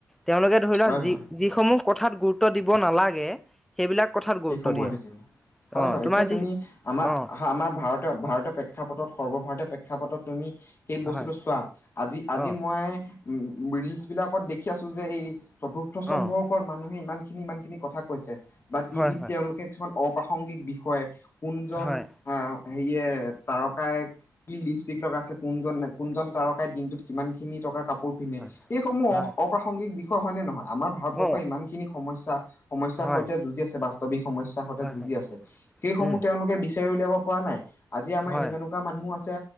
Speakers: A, in the centre; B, on the left.
A: তেওঁলোকে ধৰি লওক
B: হয়
A: যি
B: হয়
A: যিসমূহ কথাত গুৰুত্ব দিব নালাগে। সেইবিলাক কথাত। গুৰুত্ব
B: সেইসমূহত
A: দিয়ে।
B: দি, হয়
A: অ'
B: হয়,
A: তোমাৰ
B: এতিয়া
A: যি
B: তুমি আমাৰ
A: অ'
B: আমাৰ ভাৰত। ভাৰতীয় প্ৰেক্ষাপটত সৰ্বভাৰতীয় প্ৰেক্ষাপটত তুমি। সেই বস্তুটো
A: হয়
B: চোৱা আজি আজি
A: অ'
B: মই ৰিলচ বিলাকত দেখি আছো যে এই। চতুৰ্থ স্তম্ভৰ
A: অ'
B: ওপৰত মানুহে ইমান খিনি ইমান খিনি কথা কৈছে বা টিভিত
A: হয় হয়
B: তেওঁলোক। কিছুমান অপ্ৰাসংগিক বিষয় কোনজন
A: হয়
B: আহ হেৰিয়ে তাৰকায়ক। কি লিপষ্টিক লগা আছে? কোনজন কোনজন তাৰকাই দিনটোত কিমান খিনি টকা। কাপোৰ পিন্ধে,
A: হয়
B: এইসমূহ
A: হয়
B: অপ্ৰাসংগিক বিষয় হয় নে নহয়? আমাৰ ভাৰতবৰ্ষই
A: অ'
B: ইমান খিনি সমস্যা। সমস্যাৰ
A: হয়
B: সৈতে যুঁজি আছে, বাস্তৱিক সমস্যয়াৰ সৈতে
A: হয়
B: যুঁজি
A: হয়
B: আছে, সেইসমূহ
A: উম
B: তেওঁলোকে বিচাৰি উলিয়াব পৰা নাই। আজি আমাৰ
A: হয়
B: এনেকুৱা এনেুৱা মানহ আছে,